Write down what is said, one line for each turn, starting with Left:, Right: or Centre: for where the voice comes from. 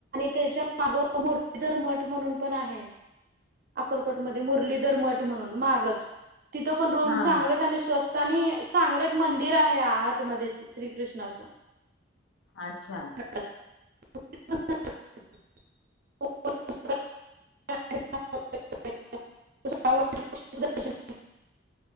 Right: त्याच्या माग मुरलीधर मठ म्हणून पण आहे‌. अकलकोटमध्ये मुरलीधर मठ म्हणून मागच तिथं पण रूम
Left: हा
Right: चांगले‌
Left: हा
Right: आहे आणि स्वस्त आणि चांगले एक मंदिर आहे आतमध्ये श्रीकृष्णाचं.
Left: अच्छा.
Right: <unintelligible> <unintelligible>